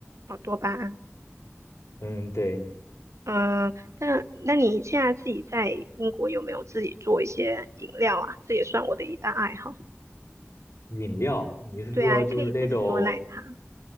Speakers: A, on the right; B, on the left.
A: 啊，多巴胺。
B: 嗯，对。
A: 嗯，但那你现在自己在英国有没有自己做一些饮料啊？这也算我的一大爱好。
B: 饮料，你是说就是那种
A: 对啊，可以自己做奶茶，